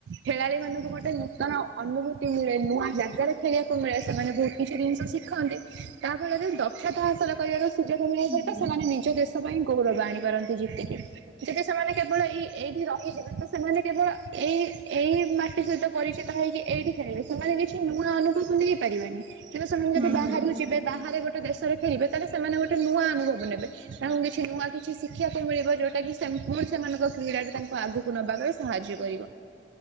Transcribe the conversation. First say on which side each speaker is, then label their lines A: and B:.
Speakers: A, on the right; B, on the right.
A: ଖେଳାଳି ମାନଙ୍କୁ ଗୋଟେ ନୂତନ ଅନୁଭୂତି ମିଳେ ନୂଆ ଜାଗାରେ ଖେଳିବାକୁ ମିଳେ ସେମାନେ ବୋହୁତ କିଛି ଜିନିଷ ଶିଖନ୍ତି ତା ଫଳରେ ଦକ୍ଷତା ହାସଲ କରିବାର ଅଛି। ସହିତ
B: ହୁଁ ହୁଁ
A: ସେମାନେ ନିଜ ଦେଶ ପାଇଁ ଗୌରବ ଆଣିପାରନ୍ତି ଯେତିକି ଯବେ ସେମାନେ କେବଳ ଏଇ ଏଇଠି ରହିଯିବେ ତ ସେମାନେ କେବଳ ଏଇ ଏଇ ମା ଟି ସହିତ ପରିଚିତ ହେଇକି ଏଇଠି ଖେଳିବେ ସେମାନେ କିଛି ନୂଆ ଅନୁଭବ ନେଇପାରିବେନି। କିନ୍ତୁ ସେମାନେ
B: ହୁଁ
A: ଯଦି ବାହାରୁ ଯିବେ ବାହାରେ ଗୋଟେ ଦେଶରେ ଖେଳିବେ ତାହେଲେ ସେମାନେ ଗୋଟେ ନୂଆ ଅନୁଭବ ନେବେ। ତାଙ୍କୁ କିଛି ନୂଆ କିଛି ଶିଖିବାକୁ ମିଳିବ ଯୋଉଟା କି ସେ ପୁଣି ସେମାନଙ୍କ କ୍ରୀଡ଼ାାରେ ତାଙ୍କୁ ଆଗକୁ ନବାପାଇଁ ସାହାଯ୍ୟ କରିବ